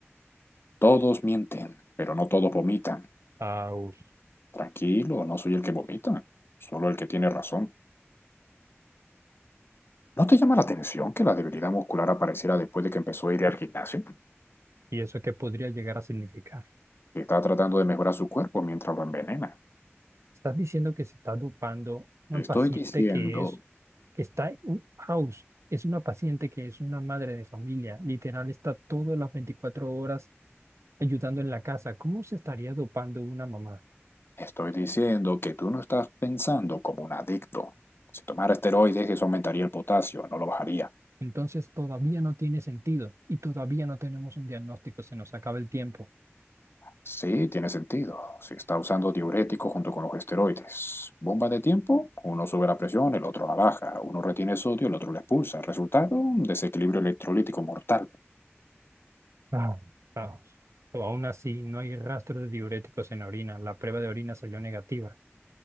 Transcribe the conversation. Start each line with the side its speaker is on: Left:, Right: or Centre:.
Left: Todos mienten, pero no todos vomitan.
Right: Aus.
Left: Tranquilo, no soy el que vomita, solo el que tiene razón. ¿No te llama la atención que la debilidad muscular apareciera después de que empezó a ir al gimnasio?
Right: ¿Y eso qué podría llegar a significar?
Left: Que está tratando de mejorar su cuerpo mientras lo envenena.
Right: Estás diciendo que se está dopando una
Left: Estoy
Right: paciente
Left: diciendo,
Right: que es, que está en un house, es una paciente que es una madre de familia, literal está todas las 24 horas ayudando en la casa. ¿Cómo se estaría dopando una mamá?
Left: estoy diciendo que tú no estás pensando como un adicto. Si tomara esteroides, eso aumentaría el potasio, no lo bajaría.
Right: Entonces todavía no tiene sentido y todavía no tenemos un diagnóstico, se nos acaba el tiempo.
Left: Sí, tiene sentido. Si está usando diuréticos junto con los esteroides. Bomba de tiempo, uno sube la presión, el otro la baja. Uno retiene sodio, el otro la expulsa. Resultado, un desequilibrio electrolítico mortal.
Right: Ah, vamos. O aún así, no hay rastros de diuréticos en la orina, la prueba de orina salió negativa.